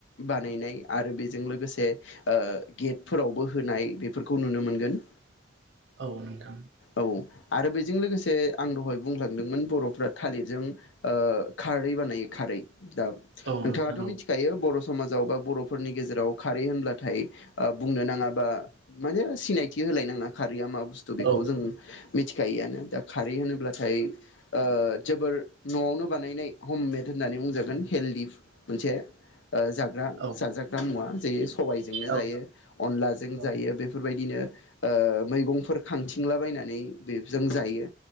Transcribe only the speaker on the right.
औ नोंथां
औ
नोंथां औ
औ
औ
औ
औ